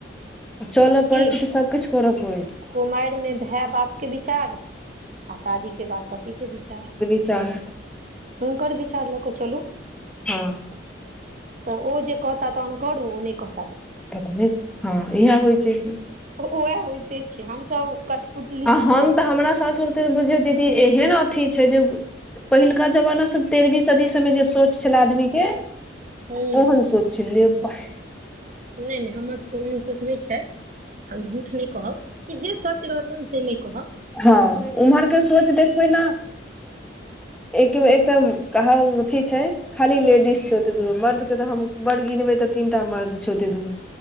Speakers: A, in the centre; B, on the right (about 40°).
A: चलऽ
B: कि
A: पड़ै छै सब किछु करऽ पड़ै छै
B: कुमारि मे भेय बाप के विचार आ शादी के बाद पति के विचार।
A: चारो
B: हुनकर विचार लऽ कऽ चलू।
A: हूम्म।
B: तऽ ओ जे कहता तहन करू। ओ नहि कह
A: त <unintelligible> नै। हँ, इएह होइ छै की।
B: उ-उएह होइते छै हमसभ कठपुतली
A: आ
B: छी।
A: हम तऽ हमरा सासुर <unintelligible> बुझयो दीदी एहेन अथी छै जे पहिलका जमाना सब तेरवीं सदी सबमे जे सोच छै अपना आदमी के,
B: हूँ
A: ओहन सोच छै। ले बांइ
B: नहि नहि हमर सभके ओहेन सोच नहि छै। हम झूठ नहि कहब। कि जे सच रहत <unintelligible> से नहि कहब
A: हँ उम्हर के सोच देखबै ने, एक- एकदम कहल अथी छै। खाली लेडीस छै ओ <unintelligible> मर्द के तऽ हम बड़ गीनबै तऽ तीन टा मर्द छै ओते दूर में।